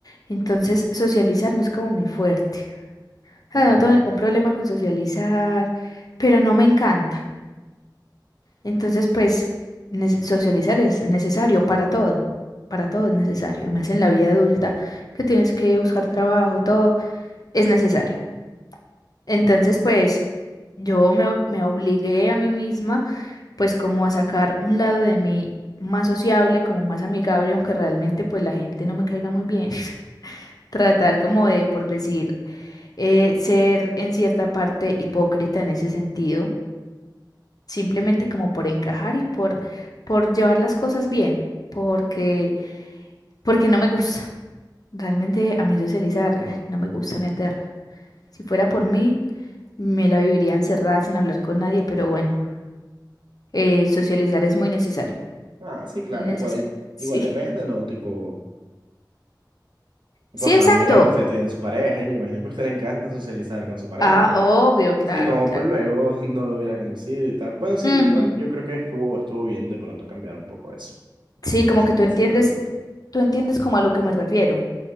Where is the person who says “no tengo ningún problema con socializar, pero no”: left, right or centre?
Left